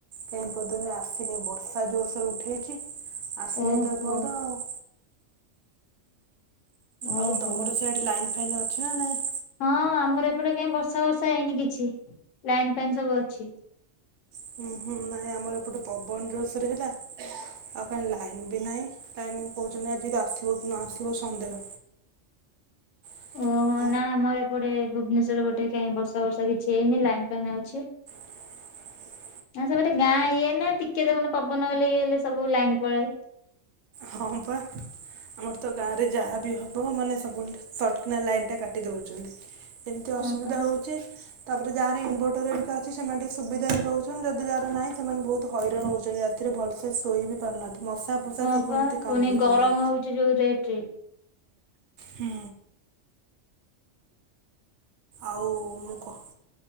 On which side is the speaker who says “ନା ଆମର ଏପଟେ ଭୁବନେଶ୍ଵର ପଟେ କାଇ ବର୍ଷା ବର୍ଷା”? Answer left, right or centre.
Left